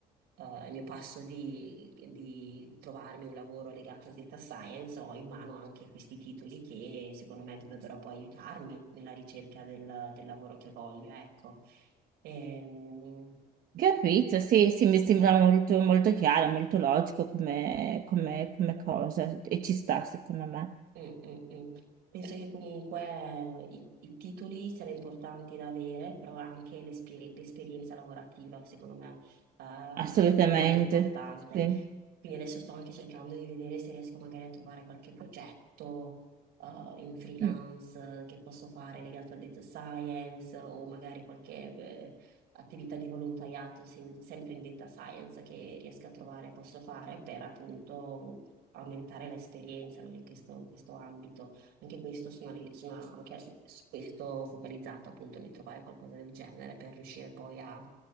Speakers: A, on the right (about 85°); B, on the right (about 55°).
A: eh, il mio passo di, di trovarmi un lavoro legato al data science, ho in mano anche questi titoli che secondo me dovrebbero poi aiutarmi nella ricerca del, del lavoro che voglio, ecco. Ehm,
B: Capito, sì, sì, mi
A: sì.
B: sembra molto, molto chiaro, molto logico come, come- come cosa e ci sta secondo me,
A: Mm, mm, mm. Penso che comunque i, i titoli siano importanti da avere, però anche l'esper- l'esperienza lavorativa, secondo me, ehm,
B: assolutamente,
A: è molto importante.
B: sì,
A: Quindi adesso sto anche cercando di vedere se riesco magari a trovare qualche progetto, eh, in freelance
B: Mm,
A: eh, che posso fare legato al data science o magari qualche, eh, attività di volontariato, se- sempre in data science che riesco a trovare, posso fare per appunto aumentare l'esperienza, no, in questo, in questo ambito. Anche questo sono, lì- sono anche su questo focalizzato appunto nel trovare qualcosa del genere per riuscire poi a,